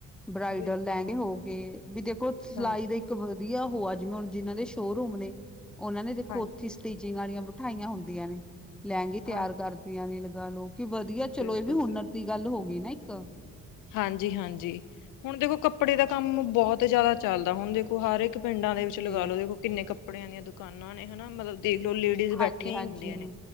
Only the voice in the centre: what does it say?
ਬਰਾਈਡਲ
ਲਹਿੰਗੇ ਹੋ ਗਏ ਵੀ ਦੇਖੋ ਸਿਲਾਈ
ਦਾ ਇੱਕ ਵਧੀਆ ਹੋ ਆ ਜਿਵੇਂ ਹੁਣ ਜਿਹਨਾਂ ਦੇ ਸ਼ੋਅਰੂਮ ਨੇ ਉਹਨਾਂ ਨੇ ਦੇਖੋ
ਉੱਥੇ
ਸਟੀਚਿੰਗ ਵਾਲੀਆਂ ਮਿਠਾਈਆਂ ਹੁੰਦੀਆਂ ਨੇ ਲਹਿੰਗੇ ਤਿਆਰ
ਕਰਦੀਆਂ ਨੇ ਲਗਾ ਲਓ ਕਿ ਵਧੀਆ ਚਲੋ
ਇਹ ਵੀ ਹੁਨਰ ਦੀ ਗੱਲ ਹੋ ਗਈ ਨਾ ਇੱਕ
ਜੀ
ਹਾਂਜੀ
ਹਾਂਜੀ